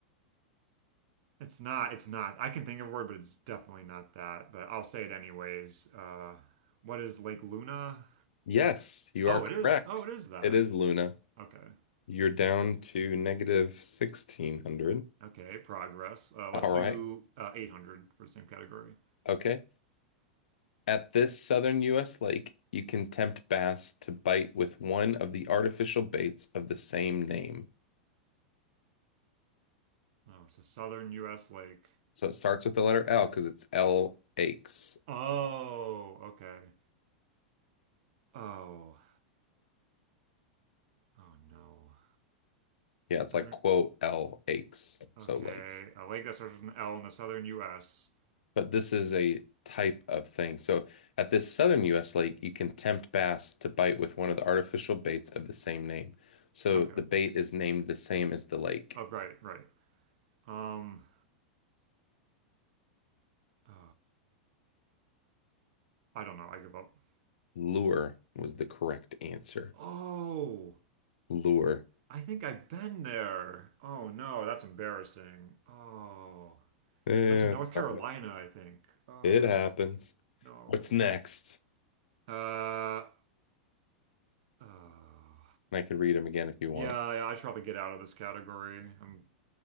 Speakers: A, on the right; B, on the left.
A: it's not. It's not. I can think of a word, but it's definitely not that. But I'll say it anyways. Uh, what is Lake Luna?
B: Yes, you
A: Oh,
B: are correct.
A: it is. Oh, it is that.
B: It is Luna.
A: Okay.
B: You're down to negative 1600.
A: Okay. Progress. Uh,
B: All
A: let's do
B: right.
A: uh, 800 for the same category.
B: Okay. At this southern U.S. lake, you can tempt bass to bite with one of the artificial baits of the same name.
A: Oh, it's a southern U.S. lake.
B: So it starts with the letter L because it's L aches.
A: Oh, okay. Oh, oh no.
B: Yeah, it's
A: I
B: like
A: don't,
B: quote L aches. So
A: okay.
B: lakes.
A: A lake that starts with an L in the southern U.S.
B: but this is a type of thing. So at this southern U.S. lake, you can tempt bass to bite with one of the artificial baits of the same name. So
A: Okay.
B: the bait is named the same as the lake.
A: Oh, right, right. Um, uh, I don't know. I give up.
B: Lure was the correct answer.
A: Oh,
B: Lure.
A: I think I've been there. Oh no, that's embarrassing. Oh,
B: Yeah,
A: that's in North
B: it's
A: Carolina,
B: all right.
A: I think. Oh.
B: It happens.
A: No.
B: What's next?
A: Uh, uh,
B: And I could read them again if you
A: yeah,
B: want.
A: yeah, I should probably get out of this category. I'm